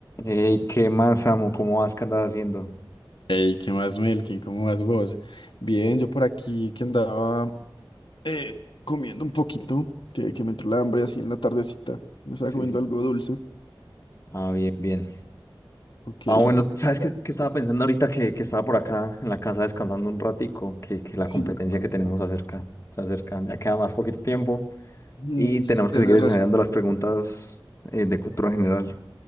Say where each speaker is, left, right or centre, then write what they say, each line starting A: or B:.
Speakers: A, on the left; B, on the left.
A: Ey, ¿qué más, amo? ¿Cómo vas? ¿Qué andas haciendo?
B: Hey, ¿qué más, Melkin? ¿Cómo vas vos? Bien, yo por aquí que andaba eh, comiendo un poquito, que, que me entró la hambre así en la tardecita. Me estaba
A: Sí,
B: comiendo
A: sí.
B: algo dulce.
A: Ah, bien, bien.
B: Ok,
A: Ah,
B: ¿y
A: bueno,
B: tú cómo
A: ¿sabes
B: estás?
A: qué, qué estaba pensando ahorita que, que estaba por acá en la casa descansando un ratico? Que, que la
B: Sí,
A: competencia
B: con...
A: que tenemos acerca, se acerca, ya queda más poquito tiempo
B: mm,
A: y tenemos
B: tenés
A: que seguir ensayando
B: razón.
A: las preguntas eh, de cultura general.